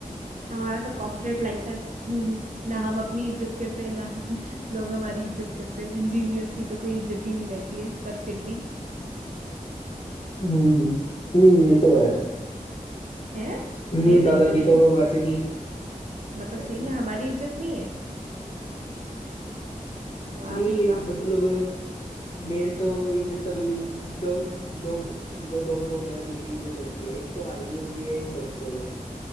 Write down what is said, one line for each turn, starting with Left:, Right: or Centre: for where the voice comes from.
Right: हमारा तो कॉर्पोरेट लाइफ है हम्म, हम्म। ना हम अपनी इज्जत करते हैं ना <laughs> हम लोग हमारी इज्जत करते हैं इंजीनियर्स की तो कोई इज्जत ही नहीं रहती है पर फिर भी
Left: हम्म, नहीं ये तो है
Right: है
Left: नहीं
Right: सही में
Left: दादाजी
Right: इज्जत नहीं
Left: तो वैसे भी
Right: मतलब
Left: क्या
Right: सही
Left: चीज
Right: में हमारी इज्जत नहीं है वाह
Left: नहीं
Right: भाई वाह
Left: मतलब मेन तो इज्जत तभी दो दो दो दो जॉब है जिनकी इज्जत होती है एक तो आर्मी हो गई है एक डॉक्टर हो गया